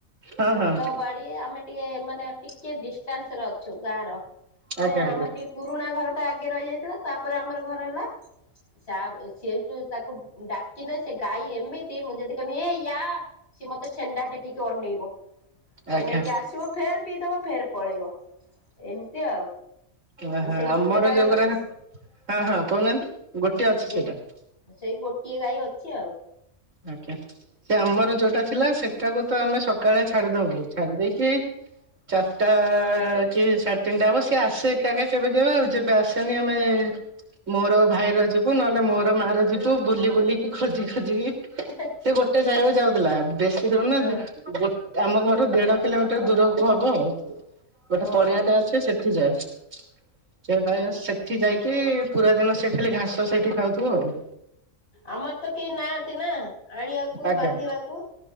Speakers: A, on the right (about 75°); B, on the left (about 55°).
A: ହଁ ହଁ
B: ବାଡ଼ି ଆମେ ଟିକେ ମାନେ ଟିକେ ଡିଷ୍ଟାନ୍ସରେ ଅଛୁ ଗାଁର ମାନେ
A: ଆଜ୍ଞା ଆଜ୍ଞା।
B: ଆମର ଟିକେ ପୁରୁଣା ଘର ଟା ଆଗେ ରହିଯାଇଥିଲା ତାପରେ ଆମର ଘର ହେଲା ସେଠୁ ତାକୁ ଡାକିନେ ସେ ଗାଈ ଏମିତି ମୁଁ ଯଦି କହିବି ଏ ୟା ସିଏ ମତେ ସେଣ୍ଡା ଟେକିକି ଅନେଇବ
A: ଆଜ୍ଞା
B: ଅନେଇକି ଆସିବ ଫେର୍ ପିଇଦବ ଫେର୍ ପଳେଇବ ଏମିତି ଆଉ
A: ଓହ
B: ସେଇ ଗୋଟେ
A: ଆମର
B: ଗାଈ
A: ଯୋଉଗଡା
B: ଅଛି
A: ହଁ ହଁ କହୁନାହାନ୍ତି ଗୋଟେ ଅଛି
B: ସେଇ
A: ସେଇଟା
B: ସେଇ ଗୋଟିଏ ଗାଈ ଅଛି ଆଉ
A: ଆଜ୍ଞା ସେ ଆମର
B: ହୁଁ
A: ଯୋଉଟା
B: ତୁ
A: ଥିଲା ସେଟାକୁ ତ ଆମେ ସକାଳେ ଛାଡିଦବୁ ଛାଡି ଦେଇକି ଚାରିଟା କି ସାଢେ ତିନିଟା ହବ ସିଏ ଆସେ ଏକାକି କେବେ କେବେ ଆଉ ଯେବେ ଆସେନି ଆମେ ମୋର ଭାଇର ଯିବୁ ନହେଲେ ମୋର ମା ର ଯିବୁ ବୁଲି ବୁଲିକି ଖୋଜି ଖୋଜିକି
B: ହେ ହେ
A: ସେ ଗୋଟେ ଜାଗାକୁ ଯାଉଥିଲା ବେଶୀ ଦଉନାହାନ୍ତି
B: ହଁ
A: ଗୋ ଆମ ଘରୁ ଦେଢ କିଲୋମିଟର ଦୂରକୁ ହବ ଆଉ ଗୋଟେ
B: ଓହୋ
A: ପଡିଆଟା ସେ ସେଠି ଯାଏ ସେ ଭାଇ
B: ହଁ
A: ସେ ଏଠି ଯାଇକି ପୁରା ଦିନ ସେ ଖାଲି ଘାସ ସେଇଠି ଖାଉଥିବ ଆଉ
B: ଆମର ତ କେହି ନାହାନ୍ତି ନା ଆଣିବାକୁ
A: ଆଜ୍ଞା
B: ବାନ୍ଧିବାକୁ